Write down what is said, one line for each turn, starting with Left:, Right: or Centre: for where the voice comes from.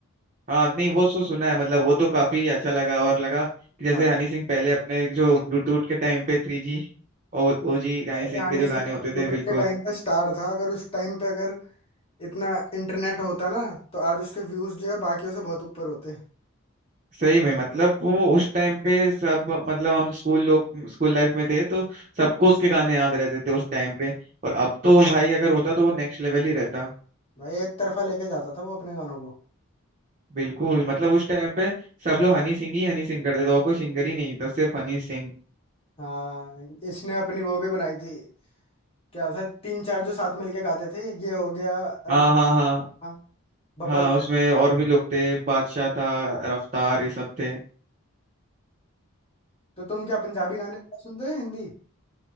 Right: हाँ नहीं वो तो सुना है मतलब वो तो काफी अच्छा लगा और लगा कि जैसे
Left: हाँ
Right: हनी सिंह पहले अपने जो ब्लूटूथ के टाइम पे थ्री जी और ओ जी हनी
Left: भाई
Right: सिंह
Left: आने
Right: के जो
Left: से
Right: गाने
Left: यूट्यूब
Right: होते थे बिल्कुल
Left: के टाइम पे स्टार था अगर उस टाइम पे अगर इतना इंटरनेट होता ना तो आज उसके व्यूज जो है बाकियों से बहुत ऊपर होते
Right: सही में मतलब वो उस टाइम पे सब मतलब हम स्कूल लोग स्कूल लाइफ में थे तो सबको उसके गाने याद रहते थे उस टाइम पे और अब तो भाई अगर होता तो वो नेक्स्ट लेवल ही रहता
Left: भाई एक तरफा लेके जाता था वो अपने गानों को
Right: बिल्कुल मतलब उस टाइम पे सब लोग हनी सिंह ही हनी सिंह करते थे और कोई सिंगर ही नहीं था सिर्फ हनी सिंह
Left: हाँ इसने अपनी वो भी बनाई थी क्या था तीन चार जो साथ मिलके गाते थे ये हो गया अल्फा
Right: हाँ हाँ हाँ
Left: हाँ, बब्बल
Right: हाँ उसमें और भी लोग थे बादशाह था रफ्तार
Left: हाँ।
Right: ये सब थे
Left: तो तुम क्या पंजाबी गाने ज्यादा सुनते हो या हिंदी